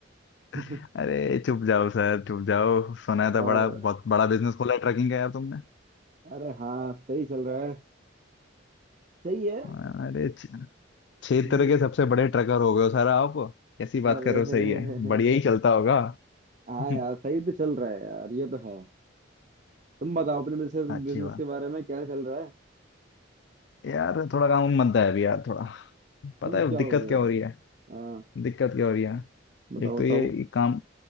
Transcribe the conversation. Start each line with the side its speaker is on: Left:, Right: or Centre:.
Left: <laughs>
Right: <laughs>
Left: अरे चुप जाओ सर चुप जाओ सुना
Right: और
Left: था बड़ा बहुत बड़ा बिजनेस खोला है ट्रकिंग का यार तुमने
Right: अरे हाँ सही चल रहा है सही है
Left: अरे छ- क्षेत्र
Right: हम्म
Left: के सबसे बड़े ट्रकर हो गए हो सर आप कैसी बात
Right: अरे
Left: कर रहे
Right: <laughs>
Left: हो सही है बढ़िया ही चलता होगा
Right: हाँ
Left: <laughs>
Right: यार सही तो चल रहा है यार ये तो है तुम बताओ अपने
Left: अच्छी
Right: बिजनेस
Left: बात
Right: के बारे में क्या चल रहा है
Left: यार थोड़ा काम मंदा है अभी यार थोड़ा पता
Right: क्यों
Left: है
Right: क्या
Left: दिक्कत
Right: हो गया
Left: क्या हो रही है
Right: हाँ
Left: दिक्कत क्या हो रही है
Right: बताओ
Left: एक तो
Right: बताओ
Left: ये काम